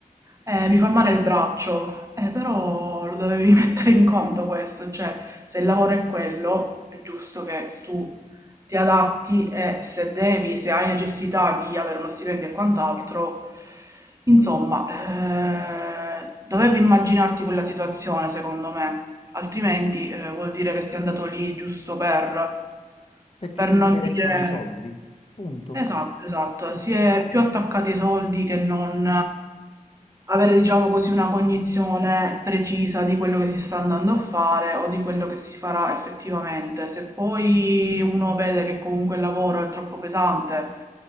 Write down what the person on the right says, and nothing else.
Eh, mi fa male il braccio, Eh, però lo dovevi <laughs> mettere in conto questo, cioè se il lavoro è quello, è giusto che tu ti adatti e se devi, se hai necessità di avere uno stipendio e quant'altro, insomma, eh, dovevi immaginarti quella situazione, secondo me, altrimenti eh, vuol dire che sei andato lì giusto per,
per
non
dire...
Esatto, esatto,
si è più attaccati ai soldi che non avere, diciamo così, una cognizione precisa di quello che si sta andando a fare o di quello che si farà effettivamente. Se poi uno vede che comunque il lavoro è troppo pesante,